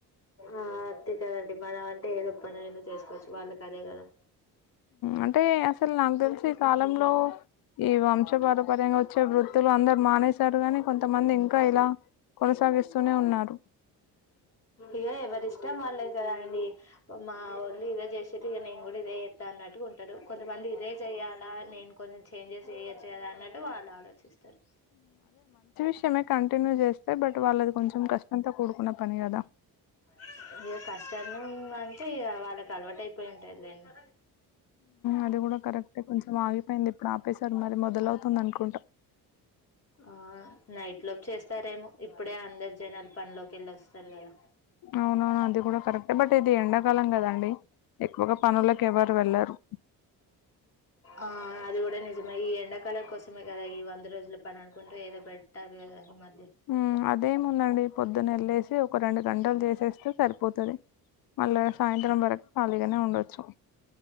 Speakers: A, on the left (about 35°); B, on the left (about 60°).
A: ఆ అంతే కదండి మనం అంటే ఏదో ఒక పనినైనా చేసుకోవచ్చు వాళ్ళకి అదే కదా
B: అంటే అసలు నాకు తెలిసి ఈ కాలంలో ఈ వంశపారపర్ంగా వచ్చే వృత్తులు అందరు మానేశారు గాని కొంతమంది ఇంకా ఇలా కొనసాగిస్తూనే ఉన్నారు
A: ఇగో ఎవరి ఇష్టేం వాళ్ళది కదా అండి మా ఒళ్ళు ఇదే చేసేది ఇక నేను కూడా ఇదే ఇస్తా అన్నట్టు ఉంటాడు కొంతమంది ఇదే చెయాలా నేను కొంచెం చేంజెస్ చేయచు కదా అన్నట్టు వాళ్ళు ఆలోచిస్తారు
B: విషమే కంటిన్యూ చేస్తే బట్ వాళ్ళది కొంచెం కష్టంతో కూడుకున్న పని కద
A: అ ఇగ కష్టము అంటే వాళ్ళకి అలవాటు అయిపోయి ఉంటాదిలేండి
B: అది కూడా కరెక్టే కొంచెం ఆగి పోయింది ఇప్పుడు ఆపసారు మళ్ళీ మొదల అవుతుంది అనుకుంటాం
A: ఆ నైట్ లోకి చేస్తారేమో ఇప్పుడే అందరు జనాలు పనిలోకి వెళ్ళి వస్తారు కదా
B: అవునవును అది కూడా కరెక్ట్ బట్ ఇది ఎండాకాలం కదండి ఎక్కువగా పనులకు ఎవరు వెళ్లరు
A: ఆ అది కు నిజమే ఈ ఎండాకాలం కోసమే కదా ఈ వంద రోజులు పని అనుకుంటూ ఏదో పెట్టారు కదా మ
B: హ్మ్ అదేముందండి పొద్దునెళ్ళేసి ఒక రెండు గంటలు చేసేస్తే సరిపోతుంది మళ్ సాయంత్రం వరకు ఖాలీగానే ఉండచ్చు